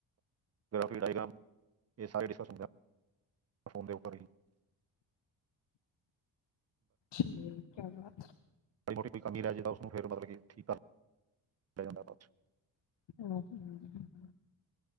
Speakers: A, on the right; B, on the left.
A: ਗ੍ਰਾਫੀ ਡਾਇਗ੍ਰਾਮ, ਇਹ ਸਾਰੇ <unintelligible> ਸਮਝ। ਫੋ਼ਨ ਦੇ ਉਪਰ ਹੀ ‌
B: <inaudible> ਕਿਆ ਬਾਤ।
A: ਮਾਰੀ -ਮੋਟੀ ਕੋਈ ਕਮੀ ਰਹਿ ਜਾਏ ਤਾਂ, ਉਸਨੂੰ ਫਿਰ ਮਤਲਬ ਕਿ ਠੀਕ ਕਰ ਲਿਆ ਜਾਂਦਾ ਬਾਅਦ 'ਚ। <inaudible>
B: <unintelligible>